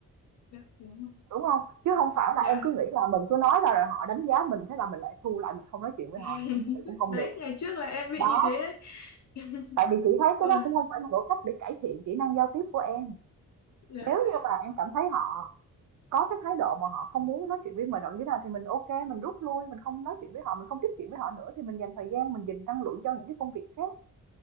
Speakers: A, on the left; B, on the right.
A: dạ đúng rồi
B: đúng không chứ không phải là
A: dạ
B: em cứ nghĩ là mình cứ nói ra rồi họ đánh giá mình thế là mình lại thu lại mình không nói chuyện với
A: <laughs>
B: họ nữa như vậy cũng không
A: đấy
B: được
A: ngày trước là em bị
B: đó
A: như thế đấy <laughs>
B: tại vì chị thấy cái
A: Rồi,
B: đó cũng không phải là một cách để cải thiện kỹ năng giao tiếp của em
A: dạ
B: nếu như mà em cảm thấy họ có cái thái độ mà họ không muốn nói chuyện với mình đoạn như thế nào thì mình ok mình rút lui mình không nói chuyện với họ mình không tiếp chuyện với họ nữa thì mình dành thời gian mình dành năng lượng cho những cái công việc khác